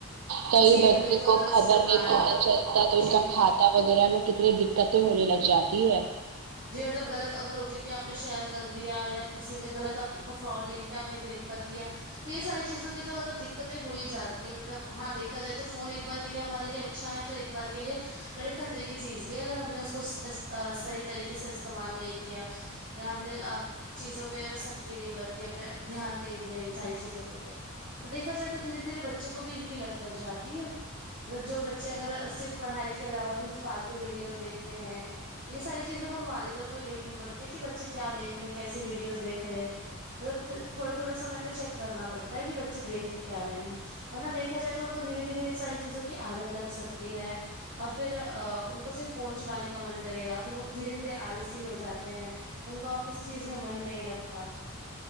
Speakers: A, on the right; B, on the right.
A: کئی
B: جی یہ
A: بچی
B: تو بالکل
A: کو
B: درست
A: خبر
B: فرمایا
A: نہیں پتا
B: آپ نے
A: چلتا تو ان
B: جی
A: کا کات وغیرہ میں کتنی دقتیں ہونے لگ جاتی ہے
B: جی مطلب غلط اگر او ٹی پی آپ نے شیئر کر دیا یا کسی نے غلط کو فراڈ لنک پہ آپ نے کلک کر دیا تو یہ ساری چیزوں کی تو مطلب دقتیں ہو ہی جاتی ہیں مطلب ہاں دیکھا جائے تو فون ایک بار کے لیے ہمارے لیے اچ اچھا ہے تو ایک بار کے لیے بڑے خطرے کی چیز بھی اگر ہم نے اس کو اس ص صحیح طریقے اسے استعمال نہی کیا یا ہم نے چیزوں پہ سختی نہیں برتی اپنے دھیان نہیں دیا ان ساری چیزوں پہ تو اور دیکھا جائے تو دھیرے دھیرے بچوں کو بھی ان کی لت لگ جاتی ہے مطلب جو بچے اگر صرف پڑھائی کے علاوہ بھی فالتو ویڈیوز دیکھتے ہیں یہ ساری چیزیں ہم والدہ کو ہی دیکھنی پڑتی ہے بچے کیا دیکھ رہے کیسی ویڈیوز دیکھ رہے ہیں وو تو تھوڑے تھوڑے سمے پہ چیک کرنا پڑتا ہے کہ بچے دیکھ کیا رہے ہیں ورنہ دیکھا جائے تو ان کو دھیرے دھیرے یہ ساری چیزوں کی عادت لگ سکتی ہے اور پھر ا ان کو صرف فون چلانے کا من کرے گا دھیرے دھیرے آلسی ہو جاتے ہیں ان کا اور کسی چیز میں من نہیں لگتا